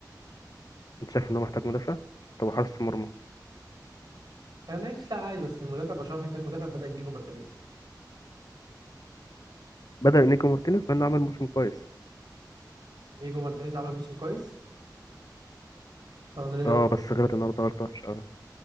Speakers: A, on the left; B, on the right.
A: انت شايف ان هو محتاج مدافع طب حارس مرمى
B: آه، ماشي لا عادي بس المدافع برشلونة محتاج مدافع بدأ نيجو مارتينيز
A: بدل نيكو مارتينيز مع انه عمل موسم كويس
B: نيجو مارتينيز عمل موسم كويس طبعا ريو-
A: اه بس غلط النهارده غلط وحش اه